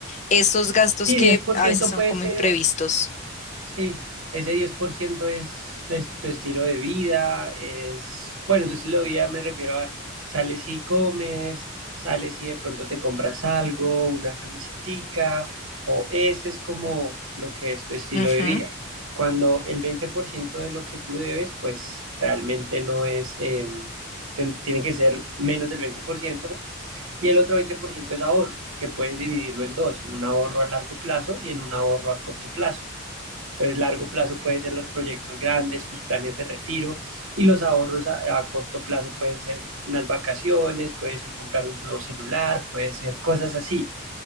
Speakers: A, on the left (about 35°); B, on the right (about 75°).
A: esos gastos
B: y
A: que
B: diez por
A: a
B: ciento
A: veces son
B: puede
A: como
B: ser
A: imprevistos.
B: Sí, ese 10% es es tu estilo de vida, es, bueno, tu estilo de vida me refiero a sales y comes, sales y de pronto te compras algo, una camisetica, o ese es como lo que es tu estilo
A: Ujú.
B: de vida. Cuando el 20% de lo que tú debes, pues realmente no es, eh, ten- tiene que ser menos del 20% y el otro 20% es ahorro, que puedes dividirlo en dos, en un ahorro a largo plazo y en un ahorro a corto plazo. Entonces, largo plazo pueden ser los proyectos grandes, tus planes de retiro y los ahorros a, a, corto plazo pueden ser unas vacaciones, puede ser comprar un nuevo celular, puede ser cosas así.